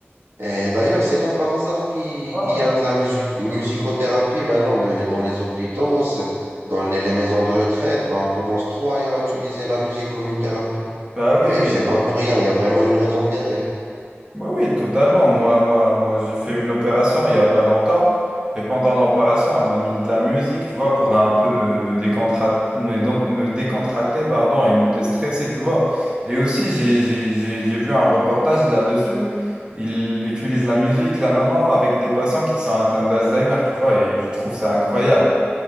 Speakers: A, on the right; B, on the right.
A: Et d'ailleurs, c'est pas par hasard qu'il
B: Ah
A: qu'il y
B: ouais.
A: a de la musique, musicothérapie maintenant de- dans les hôpitaux, c'est- dans les, les maisons de retraite. Ben, on commence trop à utiliser la musique comme une thérapie.
B: Bah oui,
A: Et
B: oui.
A: c'est pas pour rien, il y a vraiment une raison derrière.
B: Oui, oui, totalement. Moi, moi, moi, j'ai fait une opération il n'y a pas longtemps. Et pendant l'opération, on m'a mis de la musique, tu vois, pour un peu me, me décontra- me- donc, me décontracter, pardon, et me déstresser, tu vois. Et aussi, j'ai, j'ai- j'ai- j'ai vu un reportage là-dessus. Ils utilisent la musique là maintenant avec des patients qui sont atteints d'Alzheimer, tu vois, et je trouve ça incroyable.